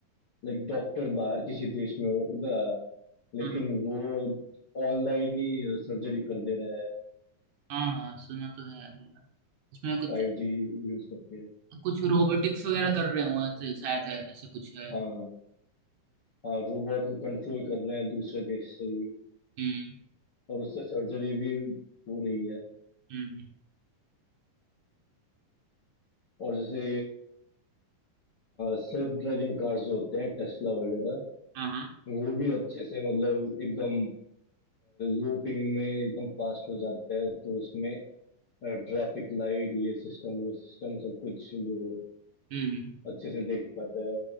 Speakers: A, on the left (about 55°); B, on the right (about 70°).
A: लाइक डॉक्टर बाहर किसी देश में होगा लेकिन
B: हाँ
A: वो ऑनलाइन ही सर्जरी कर दे रहा है
B: हाँ हाँ, सुना तो है यार। इसमें कुछ
A: फाइव जी यूज करके
B: कुछ रोबोटिक्स वगैरह कर रहे हो शायद है ऐसा कुछ है
A: हाँ हाँ रोबोट को कंट्रोल कर रहे हैं दूसरे देश से ही
B: हम्म
A: और उससे सर्जरी भी हो रही है
B: हम्म हम्म,
A: और जैसे सेल्फ ड्राइविंग कार्स जो होते हैं टेस्ला वगैरह
B: हाँ
A: वो भी अच्छे से मतलब एकदम लो पिंग में एकदम फास्ट हो जाता है तो उसमें ट्रैफिक लाइट ये सिस्टम वो सिस्टम सब कुछ वो
B: हम्म
A: अच्छे से देख पाता है